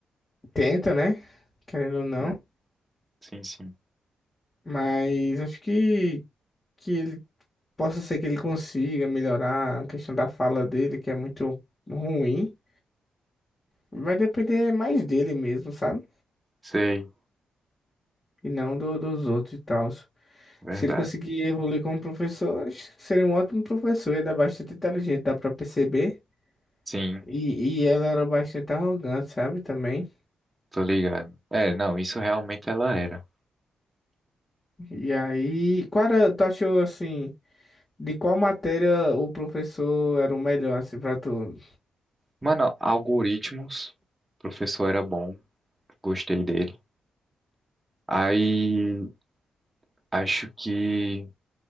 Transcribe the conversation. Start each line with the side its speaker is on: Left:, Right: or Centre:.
Left: tenta, né? Querendo ou não.
Right: Hum? Sim, sim.
Left: Mas acho que, que ele Possa ser que ele consiga melhorar a questão da fala dele, que é muito ruim. Vai depender mais dele mesmo, sabe?
Right: Sei,
Left: E não do- dos outros e tal.
Right: verdade.
Left: Se ele conseguir evoluir como professor, acho que seria um ótimo professor. Ele é bastante inteligente, dá pra perceber.
Right: Sim,
Left: E, e ela era bastante arrogante, sabe? Também.
Right: tô ligado. É, não, isso realmente ela era.
Left: E aí, qual era, tu achou assim, de qual matéria o professor era o melhor, assim, pra tu?
Right: Mano, algoritmos, o professor era bom, gostei dele. Aí, acho que